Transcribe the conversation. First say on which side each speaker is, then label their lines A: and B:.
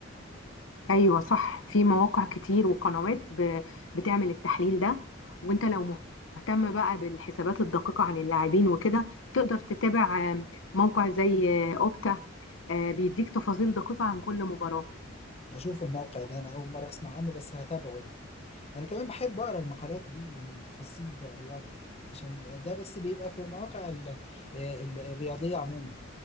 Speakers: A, on the left; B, on the left.
A: ايوه صح في مواقع كتير وقنوات ب- بتعمل التحليل ده وانت لو مهتم بقى بالحسابات الدقيقة عن اللاعبين وكده تقدر تتابع آم، موقع زي آه، اوبتا آه، بيديك تفاصيل دقيقة عن كل مباراة
B: اشوفه الموقع ده انا اول مره اسمع عنه بس هتابعه يعني انا كمان بحب اقرا المقالات دي من المتخصصين بتوع الرياضه يعني عشان ده بس بيبقى في المواقع ال آه، ال الرياضيه عموما